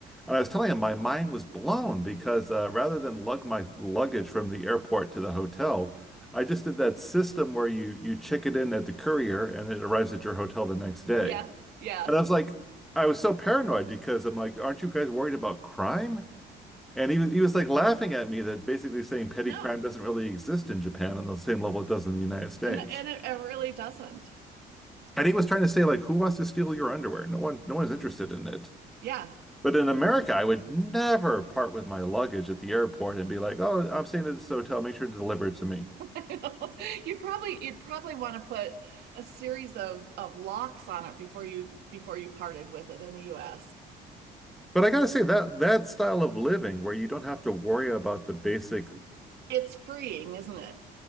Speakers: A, in the centre; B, on the right (about 75°).
A: and I was telling him my mind was blown because uh, rather than lug my luggage from the airport to the hotel, I just did that system where you you check it in at the courier and it arrives at your hotel the next day.
B: Yeah. Yeah.
A: And I was like, I was so paranoid because I'm like, aren't you guys worried about crime? And he was he was like laughing at me that basically saying petty
B: No.
A: crime doesn't really exist in Japan on the same level it does in the United States.
B: And and it, it really doesn't.
A: And he was trying to say like, who wants to steal your underwear? No one, no one's interested in it.
B: Yeah.
A: But in America, I would never part with my luggage at the airport and be like, oh, I'm staying at this hotel. Make sure to deliver it to me.
B: <laughs> You'd probably you'd probably want to put a series of of locks on it before you before you parted with it in the US.
A: But I gotta say that that style of living where you don't have to worry about the basic
B: It's freeing, isn't it?